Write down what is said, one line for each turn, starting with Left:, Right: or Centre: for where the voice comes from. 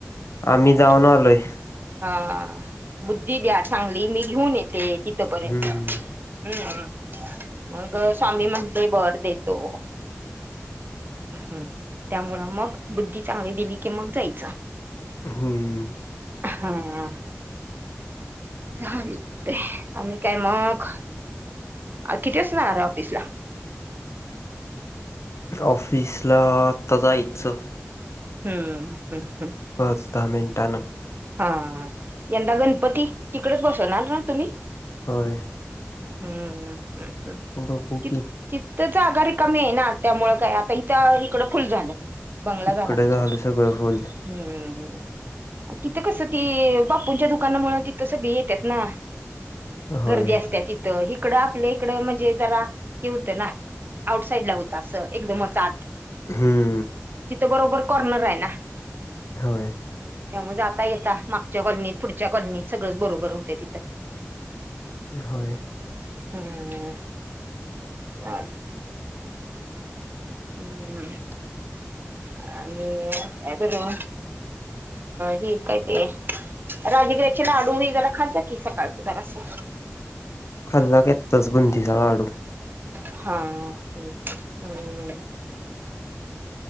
Left: आम्ही
Right: हा
Left: जाऊन आलोय
Right: हा. बुद्धी द्या चांगली. मी घेऊन येते तीथपर्यंत
Left: हम्म.
Right: हम्म. मग स्वामी म्हटले बरं, देतो. हम्म. त्यामुळं मग बुद्धी चांगली दिली की मग जायचं.
Left: हम्म.
Right: हम्म. <unintelligible> ते. आणि काय मग? आज किती वाजता जाणारे ऑफिसला?
Left: ऑफिसला, आत्ता जायचं.
Right: हम्. हम्म. हं.
Left: पाच दहा मिनटानं.
Right: हा. यंदा गणपती, तिकडेच बसवणार ना तुम्ही?
Left: होय.
Right: हम्म. हम्म.
Left: बघू
Right: ति
Left: की.
Right: तिथं जागा रिकामी आहे ना त्यामुळे काय, आता इकडं फुल झालं. बंगला
Left: इकडं
Right: झाला. तिथं.
Left: झालं सगळं फुल.
Right: हम्म हं. तिथं कसं ती, बापूंच्या दुकानामुळं तिथं सगळी येतात ना.
Left: होय.
Right: गर्दी असत्या तिथं. हीकडं आपल्या इकडं म्हणजे जरा, हि होतं ना आउटसाईड ला होतं असं. एकदमच आत
Left: हम्म.
Right: तिथं बरोबर कॉर्नर आहे ना?
Left: होय
Right: त्यामुळे जाता येतता मागच्या कॉलनीत पुढच्या कॉलनीत सगळंच बरोबर होतय तिथं. <inaudible>
Left: होय.
Right: हम्म. अ हम्म. आई टाकायचना ही काय ते राजगीराची लाडु हे जरा खात जा की सकाळचं जरासं.
Left: खाल्ल्यावर की बुंदीचा लाडू.
Right: हा ह् हम्.